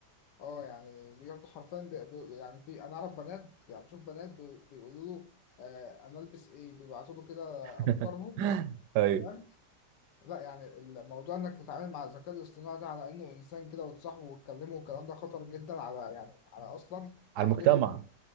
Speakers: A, on the left; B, on the right.
A: اه يعني بياخدوا حرفيا بي بي يعني في انا اعرف بنات يعني بشوف بنات بي بيقولوا له آه انا البس ايه بيبعتوا له كده
B: <laughs>
A: افكارهم
B: أيوه
A: فاهم لا يعني الموضوع انك تتعامل مع الذكاء الاصطناعي ده على انه انسان كده وتصاحبه وتكلمه والكلام ده خطر جدا على يعني على اصلا
B: على
A: عقليه
B: المجتمع
A: البني